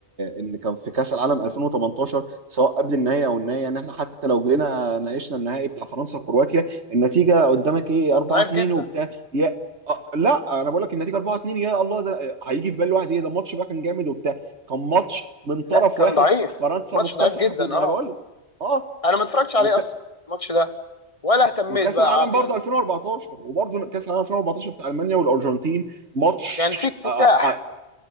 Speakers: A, on the right; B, on the left.
A: ان كان في كاس العالم 2018 سواء قبل النهائي او النهائي يعني احنا حتى لو جينا ناقشنا النهائي بتاع فرنسا وكرواتيا النتيجه قدامك ايه
B: كان
A: 4
B: ضعيف
A: 2
B: جدا
A: وبتاع يا آه، لا انا بقول لك النتيجه 4 2 يا الله ده هيجي في بال واحد ايه ده الماتش بقى كان جامد وبتاع كان ماتش من طرف
B: لا كان
A: واحد
B: ضعيف
A: فرنسا
B: ماتش
A: مكتسحه
B: ضعيف جدا
A: فيه ما
B: اه
A: انا بقول لك. اه
B: انا ما اتفرجتش عليه
A: وك...
B: اصلا الماتش ده ولا اهتميت
A: وكاس
B: بقى
A: العالم
B: عادي
A: برضه
B: يعني
A: 2014 وبرضه كاس العالم 2014 بتاع المانيا والارجنتين ماتش
B: يعني في اكتساح
A: آه، آه،